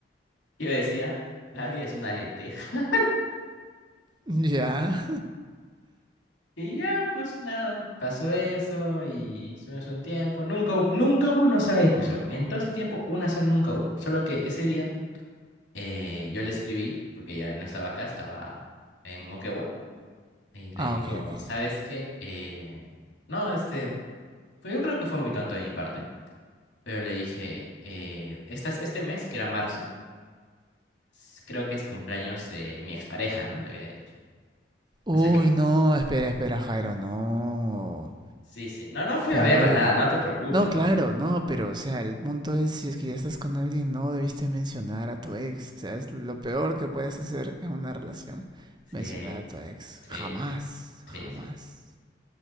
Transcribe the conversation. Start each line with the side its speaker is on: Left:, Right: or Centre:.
Left: Y yo decía, la vida es una lenteja.
Right: Ya.
Left: Y ya, pues nada, pasó eso y estuvimos un tiempo. Nunca hubo, nunca hubo una sola discusión. En todo ese tiempo, una sola nunca hubo. Solo que ese día eh, yo le escribí, porque ya no estaba acá, estaba en Moquegua, y le
Right: Ah,
Left: digo,
Right: ok, ok.
Left: ¿sabes qué? Eh, no, este, pues yo creo que fue muy tonto de mi parte, pero le dije, eh, estas, este mes, que era marzo, s- creo que es cumpleaños de mi expareja, ¿no? Le había dicho.
Right: Uy,
Left: Entonces,
Right: no, espera, espera, Jairo, no.
Left: sí, sí. No, no fui
Right: Pero
Left: a verla,
Right: no, de-
Left: nada, no te preocupes,
Right: No, claro,
Left: no fui.
Right: no, pero o sea, el punto es si es que ya estás con alguien, no debiste mencionar a tu ex. O sea, es lo peor que puedes hacer en una relación,
Left: Sí.
Right: mencionar a tu ex.
Left: Sí,
Right: Jamás,
Left: sí,
Right: jamás.
Left: sí, sí.